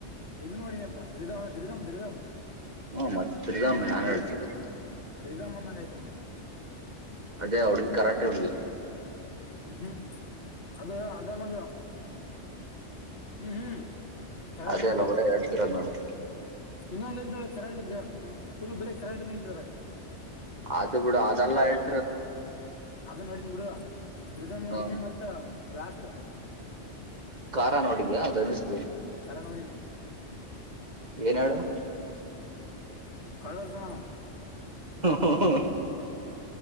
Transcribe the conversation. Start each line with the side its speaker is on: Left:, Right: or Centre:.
Left: ಇದು ನೋಡಿನಪ್ಪಾ ದ್ರಿದಮ್ ದ್ರಿಧಾಮ್
Right: ಹ್ಮ ಮತ್ ಪ್ರೀತಮ್
Left: ಹ
Right: ಯಾನ್
Left: ರಿ
Right: ಹೇಳ್ತಿರ
Left: ಇದು ರಿದ್ಂ ಅದಂಗ ಆಯಿತು ನನಗ
Right: ಅದೇ ಹುಡುಗಿ ಕರಾಟೆ ಹುಡುಗಿ
Left: ಹ್ಮ್ ಹ್ಮ್ ಅದು ಅದಲ್ಲದು ಹು ಹು ಕರಾಟೆ
Right: ಅದೇ
Left: ಹುಡುಗಿ
Right: ಲವ್ ಡೇ ಹೇಳ್ತಿರೋದ್ ನಾವು
Left: ಇನ್ನೊಂದ ಐತ್ ನೋಡು ಕರಾಟೆದ ಫುಲ್ ಬರೀ ಕರಾಟೆಗೆ ಐತಿ ಅದರಾಗ
Right: ಅದು ಬಿಡು ಅದೆಲ್ಲಾ ಹೇಳ್ತ
Left: ಅದು ನೋಡಿನಿ ಬಿಡು ರಿದಮ್ ನೋಡಿನಿ
Right: ಹ
Left: ಮತ್ತ ಬ್ಲಾಸ್ಟ್
Right: ಕಾರಾ ನೋಡಿದಿಯಾ ಧನುಷ್
Left: ಕರ ನೋಡ ನೀ
Right: ಏನ್ ಹೇಳು
Left: ಹ ಕಳ್ಳ ಇರತಾನ ಅವಾ
Right: ಹ ಹ